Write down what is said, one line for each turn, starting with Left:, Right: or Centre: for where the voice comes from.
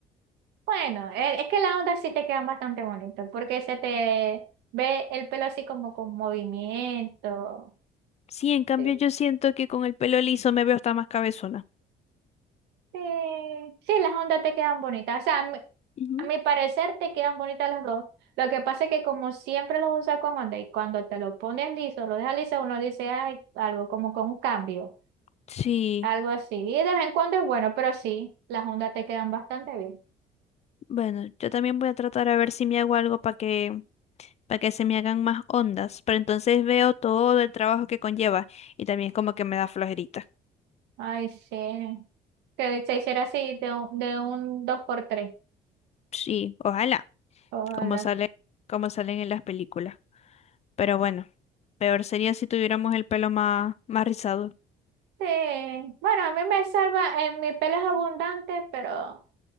Right: bueno, e- es que las ondas sí te quedan bastante bonitas, porque se te ve el pelo así como con movimiento.
Left: Sí, en cambio
Right: Sí,
Left: yo siento que con el pelo liso me veo hasta más cabezona.
Right: sí, sí, las ondas te quedan bonitas. O sea, a mi,
Left: Ujú.
Right: a mi parecer te quedan bonitas las dos. Lo que pasa es que como siempre los usas con onda y cuando te lo pones liso, lo dejas liso, uno dice, ay, algo como con un cambio.
Left: Sí,
Right: Algo así. Y de vez en cuando es bueno, pero sí, las ondas te quedan bastante bien.
Left: bueno, yo también voy a tratar a ver si me hago algo para que, para que se me hagan más ondas, pero entonces veo todo el trabajo que conlleva y también como que me da flojerita.
Right: Ay, sí. Que se hiciera así de un, de un 2x3.
Left: Sí, ojalá,
Right: Hola.
Left: como sale, como salen en las películas. Pero bueno, peor sería si tuviéramos el pelo más, más rizado.
Right: Sí. Bueno, a mí me salva, en mi pelo es abundante, pero